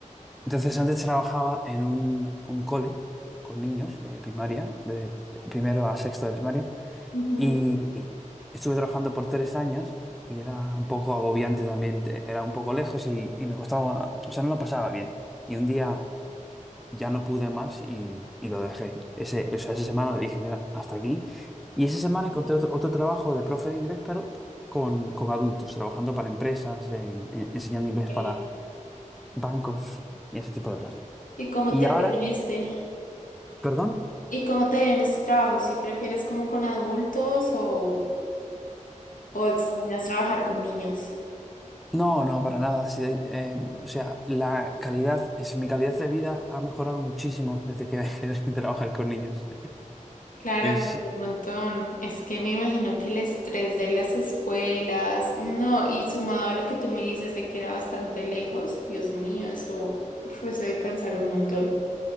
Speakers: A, in the centre; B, on the left (about 90°).
A: Entonces antes trabajaba en un, un cole con niños de primaria, de primero a sexto de primaria.
B: Ujú.
A: Y estuve trabajando por tres años y era un poco agobiante también, te- era un poco lejos y, y me costaba, o sea, no lo pasaba bien. Y un día ya no pude más y, y lo dejé. Ese, o sea, esa semana dije, mira, hasta aquí. Y esa semana encontré otro, otro trabajo de profe de inglés, pero con, con adultos, trabajando para empresas, eh, en- enseñando
B: ok.
A: inglés para bancos y ese tipo de cosas.
B: ¿Y cómo
A: Y
B: te
A: ahora,
B: ha ido en este?
A: perdón.
B: ¿Y cómo te ha ido en este trabajo? ¿Si prefieres como con adultos o, o extrañas trabajar con niños?
A: No, no, para nada. Sí, eh, o sea, la calidad, es, mi calidad de vida ha mejorado muchísimo desde que <laughs> dejé de trabajar con niños.
B: Claro,
A: Es,
B: con un montón. Es que me imagino que el estrés de las escuelas, no, y sumado a lo que tú me dices de que era bastante lejos, Dios mío, eso, uf, eso debe cansar un montón.